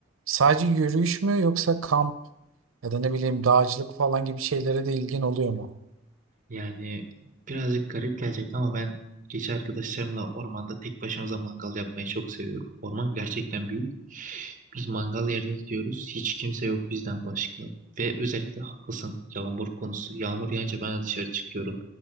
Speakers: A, on the right; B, on the right.
A: sadece yürüyüş mü yoksa kamp ya da ne bileyim dağcılık falan gibi şeylere de ilgin oluyor mu?
B: Yani birazcık garip gelecek ama ben gece arkadaşlarımla ormanda tek başımıza mangal yapmayı çok seviyorum. Orman gerçekten büyük. Biz mangal yerine gidiyoruz. Hiç kimse yok bizden başka. Ve özellikle haklısın yağmur konusu. Yağmur yağınca ben de dışarı çıkıyorum.